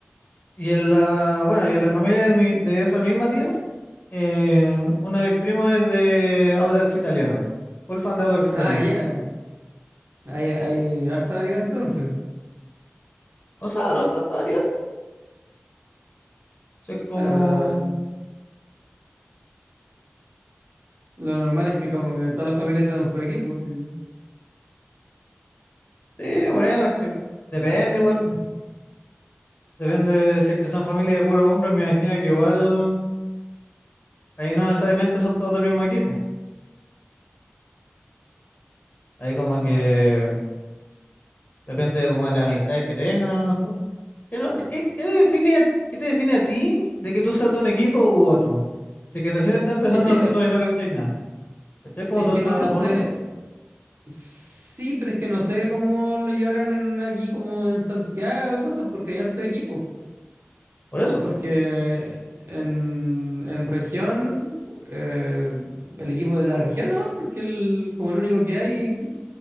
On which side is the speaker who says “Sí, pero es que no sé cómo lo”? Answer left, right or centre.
Right